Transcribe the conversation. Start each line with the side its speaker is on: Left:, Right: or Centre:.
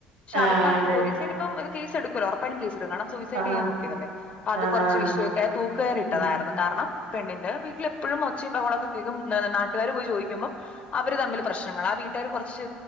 Left: പക്ഷെ
Right: ആഹ്
Left: അതൊക്കെ ആലോചിക്കുമ്പം
Right: അതന്നെ
Left: പോലീസ് തന്നിപ്പം- ഫീസ് ഇട്‌കൂലാ ഒറപ്പായിട്ടും ഫീസ് ഇട്ട് കാണം സൂയിസൈഡ്
Right: ആഹ്
Left: ചെയ്യാൻ നോക്കിയതല്ലേ അത്
Right: ആഹ്
Left: കുറച്ച്
Right: ആഹ്
Left: വിഷയൊക്കെ തൂക്ക് കയർ
Right: ഉം
Left: ഇട്ടതായിരുന്നു കാരണം- പെണ്ണിൻ്റെ വീട്ടിൽ എപ്പഴും ഒച്ചയും ബഹളൊക്കെ കേക്കും എന്നാൽ നാട്ടുകാർ പോയി ചോദിക്കുമ്പം അവർ തമ്മിൽ പ്രശ്നങ്ങള ആ വീട്ടുകാർ- കുറച്ച്